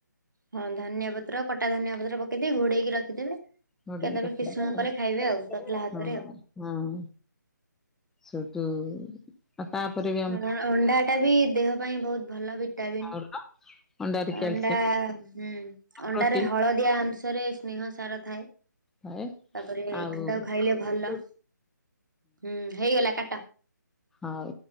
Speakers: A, on the right; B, in the centre.
A: ହଁ ଧନିଆ ପତ୍ର କଟା ଧନିଆ ପତ୍ର ପକେଇଦେଇ ଘୋଡେଇ କି ରଖିଦେବେ। କେତେବେଳେ
B: ଘୋଡେଇକି ରଖିଦେବେ
A: କିସି ସମୟ
B: ଆଉ
A: ପରେ ଖାଇବେ ଆଉ ତତଲା ହାତରେ।
B: ହଁ ହଁ ସୁଟୁ ଆଉ ତାପରେ ବି
A: ହଁ ଅଣ୍ଡା ଟା ବି ଦେହ ପାଇଁ ବହୁତ ଭଲ ଭିଟାମିିନ।
B: ଚାଉଳ ଅଣ୍ଡାରେ କ୍ୟାଲସିୟମ
A: ଅଣ୍ଡା ହୁଁ ଅଣ୍ଡାରେ
B: ପ୍ରୋଟିନ
A: ହଳଦିଆ ଅଂଶରେ ସ୍ନେହ ସାର ଥାଏ।
B: ହଁ
A: ତାପରେ
B: ଆଉ
A: ତାକୁ ଖାଇଲେ ଭଲ
B: ହୁଁ।
A: ହୁଁ ହେଇଗଲା କାଟ।
B: ଆଉ।